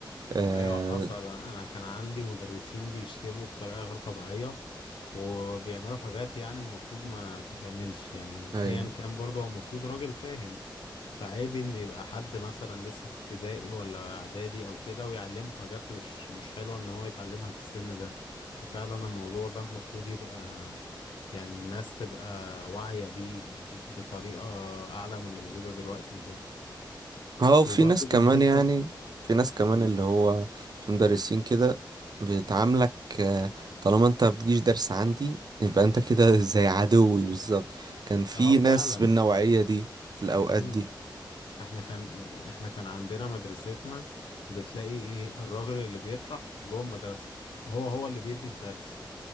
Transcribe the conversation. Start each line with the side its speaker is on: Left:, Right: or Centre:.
Right: آه
Left: ايوه حصل انا أنا كان عندي مدرسين بيشتموا بطريقه غير طبيعيه وبيعملوا حاجات يعني المفروض ما تتعملش يعني
Right: ايوه
Left: ايا كان برضه هو المفروض راجل فاهم فعيب ان يبقى حد مثلا لسه في ابتدائي ولا اعدادي او كده ويعلمه حاجات مش مش حلوه ان هو يتعلمها في السن ده ففعلا الموضوع ده المفروض يبقى يعني الناس تبقى واعيه بيه ب- بطريقه اعلى من اللي موجوده دلوقتي وكده
Right: هو في
Left: وبرضه
Right: ناس كمان
Left: بالنسبه
Right: يعني في ناس كمان
Left: مم.
Right: اللي هو في مدرسين كده بيتعاملك آه، طالما انت بتجيش درس عندي يبقى انت كده زي عدوي بالظبط كان في
Left: اه فعلا
Right: ناس بالنوعية دي في الاوقات
Left: امم
Right: دي
Left: احنا كان احنا كان عندنا مدرستنا بتلاقي ايه الراجل اللي بيشرح جوه المدرسة هو هو اللي بيدي الدرس